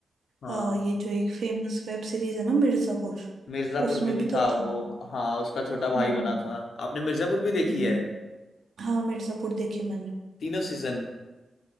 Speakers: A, on the left; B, on the right.
A: हाँ
B: आ, ये जो एक फेमस वेब सीरीज है ना मिर्जापुर
A: मिर्जापुर
B: उसमें
A: में भी
B: भी
A: था
B: तो था
A: वो हाँ उसका छोटा
B: हम्म
A: भाई बना था आपने मिर्जापुर भी देखी
B: हम्म।
A: है
B: हाँ मिर्जापुर देखे मैंने
A: तीनों सीजन